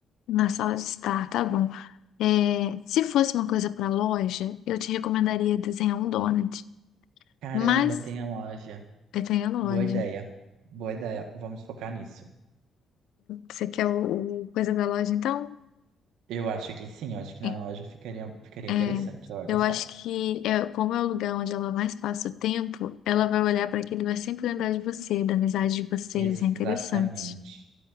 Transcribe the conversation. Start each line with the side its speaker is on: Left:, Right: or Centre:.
Left: Na sala de estar, tá bom. É, se fosse uma coisa para loja, eu te recomendaria desenhar um donut,
Right: Caramba,
Left: mas
Right: tem a loja.
Left: eu tenho a loja.
Right: Boa ideia. Boa ideia. Vamos focar nisso.
Left: Você quer o, o coisa da loja, então?
Right: Eu acho que sim, eu acho que
Left: É,
Right: na loja ficaria, ficaria
Left: é,
Right: interessante. Ela vai
Left: eu
Right: gostar.
Left: acho que é, como é o lugar onde ela mais passa o tempo, ela vai olhar para aquilo e vai sempre lembrar de você, da amizade de vocês.
Right: Exatamente.
Left: É interessante.